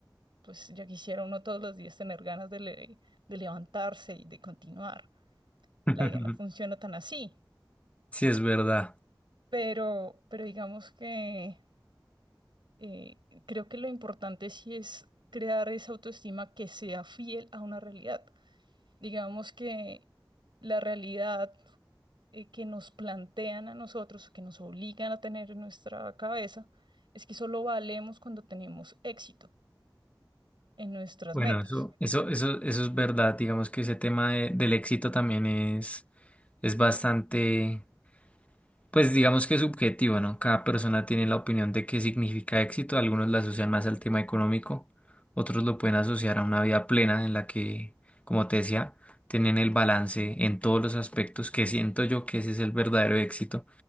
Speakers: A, on the right; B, on the left.
A: Pues ya quisiera uno todos los días tener ganas de, le- de levantarse y de continuar.
B: <laughs>
A: La vida no funciona tan así,
B: Sí, es verdad.
A: pero, pero digamos que eh, creo que lo importante sí es crear esa autoestima que sea fiel a una realidad. Digamos que la realidad eh, que nos plantean a nosotros, que nos obligan a tener en nuestra cabeza, es que solo valemos cuando tenemos éxito en nuestras
B: Bueno,
A: metas.
B: eso, eso, eso, eso es verdad. Digamos que ese tema de- del éxito también es, es bastante. Pues digamos que es subjetivo, ¿no? Cada persona tiene la opinión de qué significa éxito. Algunos la asocian más al tema económico, otros lo pueden asociar a una vida plena en la que, como te decía, tienen el balance en todos los aspectos, que siento yo que ese es el verdadero éxito,